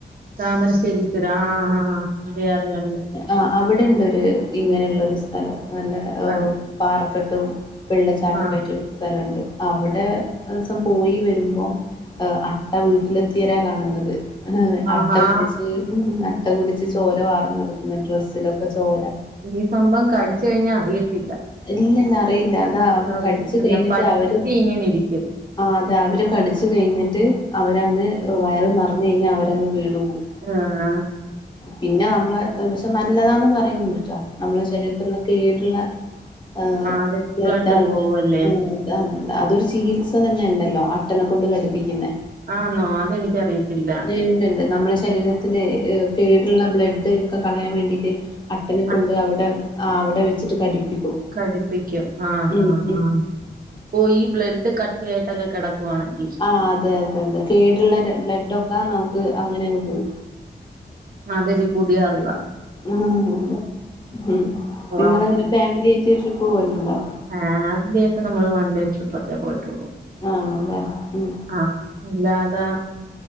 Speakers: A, on the right (about 55°); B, on the left (about 25°).
A: താമരശ്ശേരി ചുരം ആഹ് അറിയാം അറിയാം അറിയാം
B: ആഹ് അവിടെണ്ടൊരു ഇങ്ങനെയുള്ള ഒരു സ്ഥലം നല്ല ഏഹ്
A: സാരി
B: പാറക്കട്ടും വെള്ളച്ചാട്ടൊക്കെ
A: ആഹ്
B: ആയിട്ട് ഒരു സ്ഥലണ്ട് അവിടെ ദിവസം പോയി വരുമ്പോം ഏഹ് അട്ട വീട്ടിലെത്തിയാരാ കാണുന്നത്
A: ആഹാ
B: അട്ട കുടിച്ച് അട്ട കുടിച്ച് ചോര വാർന്നെടുക്കുന്ന ഡ്രസ്സിലൊക്കെ ചോര
A: ഈ സംഭവം കടിച്ച് കഴിഞ്ഞാൽ അറിയത്തില്ല
B: ഇല്ലല്ല അറിയില്ല അതാ അവ
A: അറിയില്ല
B: കടിച്ചു
A: അല്ല
B: കഴിഞ്ഞിട്ട്
A: പറ്റി
B: അവര്
A: ഇങ്ങനെ ഇരിക്കും
B: അതെ അവര് കടിച്ചു കഴിഞ്ഞിട്ട് അവരങ്ങ് വയറ് നറഞ്ഞഴിഞ്ഞാ അവരങ്ങ് വീണു പോം
A: ആഹ് ആഹ്
B: പിന്നെ നമ്മള് ആഹ് പക്ഷെ നല്ലതാന്ന് പറയുന്നുണ്ട്ട്ട നമ്മളെ ശരീരത്തുള്ള കേട്ള്ള ആഹ്
A: അത്
B: ബ്ലഡാണ്
A: ബ്ലഡ് പോവല്ലേ
B: ആഹ് അതെ <unintelligible> അതൊരു ചികിത്സ തന്നെ ഉണ്ടല്ലോ അട്ടന്നെ കൊണ്ട് കടിപ്പിക്കുന്നെ
A: ആന്നോ അതെനിക്കറിയത്തില്ല.
B: ഇണ്ട്ണ്ട് നമ്മളെ ശരീര ത്തിലെ കേടുള്ള ബ്ലെഡ് ഒക്കെ കളയാൻ വേണ്ടിട്ട് അട്ടനെ
A: ആ,
B: കൊണ്ട് അവിടെ ആഹ് അവിടെ വെച്ചിട്ട് കടിപ്പിക്കും.
A: കടിപ്പിക്കും ആഹ്
B: ഉം
A: ആഹ്
B: ഉം
A: ആഹ് ഓഹ് ഈ ബ്ലഡ് കട്ടിയായിട്ടൊക്കെ കെട്ക്കുവാണെങ്കി.
B: ആഹ് അതെ അതെ അതെ കേട്ള്ള രെ ബ്ലഡൊക്കെ നമുക്ക് അങ്ങനെങ്ങ് പോം
A: അതൊരു പുതിയ അറിവാ.
B: ആഹ് അതെ ഉം
A: ഓ
B: നിങ്ങളെങ്ങനെ ഫാമിലിയറ്റ് ട്രിപ്പ് പോലുണ്ടോ?
A: ഫാമിലിയട്ട് നമ്മള് വൺഡേ ട്രിപ്പൊക്കെ പോയിട്ടൊള്ളൂ.
B: ആണല്ലേ ഉം.
A: ആഹ് അല്ലാതെ